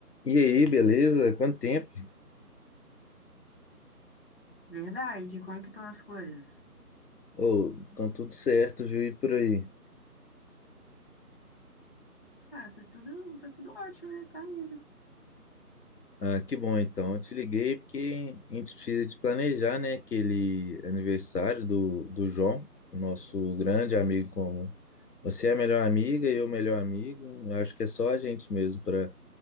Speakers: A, on the left (about 75°); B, on the left (about 35°).
A: E aí, beleza? Quanto tempo?
B: Verdade, como é que estão as coisas?
A: Ô, então tudo certo, viu? E por aí?
B: Ah, tá tudo, tá tudo ótimo, né? Tá indo.
A: Ah, que bom então. Eu te liguei porque a gente precisa de planejar, né, aquele aniversário do, do João, nosso grande amigo comum. Você é a melhor amiga e eu o melhor amigo. Eu acho que é só a gente mesmo para